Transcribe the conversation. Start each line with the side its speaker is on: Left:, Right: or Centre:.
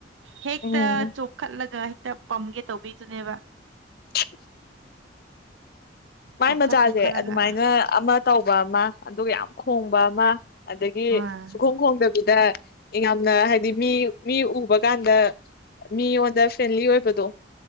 Right: ꯍꯦꯛꯇ
Left: ꯎꯝ
Right: ꯆꯣꯈꯠꯂꯒ ꯍꯦꯛꯇ ꯄꯝꯒꯦ ꯇꯧꯕꯤꯗꯨꯅꯦꯕ
Left: <inaudible> ꯃꯥꯏ
Right: ꯆꯣꯡꯈꯠ
Left: ꯃꯆꯥꯁꯦ
Right: ꯆꯣꯡꯈꯠꯂꯒ
Left: ꯑꯗꯨꯃꯥꯏꯅ ꯑꯃ ꯇꯧꯕ ꯑꯃ ꯑꯗꯨꯒ ꯌꯥꯝ ꯈꯣꯡꯕ ꯑꯃ ꯑꯗꯒꯤ
Right: ꯍꯣꯏ
Left: ꯁꯨꯈꯣꯡ ꯍꯣꯡꯗꯕꯤꯗ ꯌꯥꯝꯅ ꯍꯥꯏꯗꯤ ꯃꯤ ꯃꯤ ꯎꯕ ꯀꯥꯟꯗ ꯃꯤꯉꯣꯟꯗ ꯐ꯭ꯔꯦꯟꯂꯤ ꯑꯣꯏꯕꯗꯣ